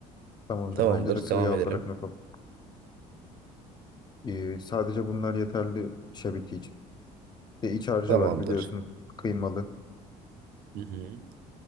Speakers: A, on the left; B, on the right.
A: Tamamdır.
B: Tamamdır.
A: Bence de sıvı
B: Devam
A: yağ
B: edelim.
A: olarak not al. Ee, sadece bunlar yeterli şabiti için. Bir De iç harcı
B: Tamamdır.
A: var biliyorsun. Kıymalı.
B: Hı hı.